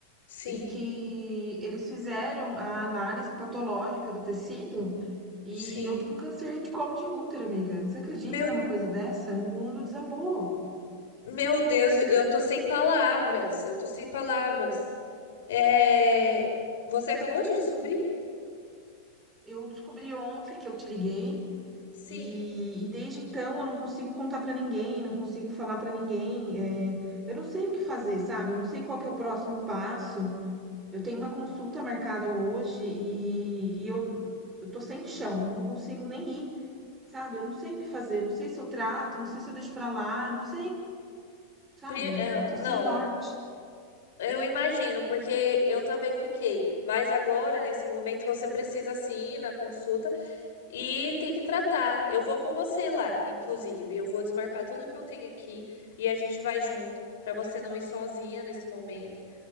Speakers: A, on the left; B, on the right.
A: Sim.
B: e que eles fizeram a análise patológica do tecido E
A: Sim.
B: eu tô com câncer de colo de útero, amiga. Você acredita
A: Meu
B: numa coisa dessa? O mundo desabou.
A: meu Deus, eu eu tô sem palavras. Eu tô sem palavras. É, Você acabou de descobrir?
B: Eu descobri ontem que eu te liguei
A: Sim.
B: e, e desde então eu não consigo contar pra ninguém, não consigo falar pra ninguém. é, eu não sei o que fazer, sabe? Eu não sei qual que é o próximo passo. Eu tenho uma consulta marcada hoje
A: Uhum.
B: e, e eu, eu tô sem chão, não consigo nem ir, sabe? Eu não sei o que fazer, não sei se eu trato, não sei se eu deixo pra lá, não sei, sabe?
A: Pri- é,
B: Tô
A: Não,
B: sem norte.
A: eu imagino, porque eu também fiquei. Mas agora, nesse momento, você precisa sim ir na consulta e tem que tratar. Eu vou com você lá, inclusive. Eu vou desmarcar tudo que eu tenho aqui e a gente vai junto, para você não ir sozinha nesse momento.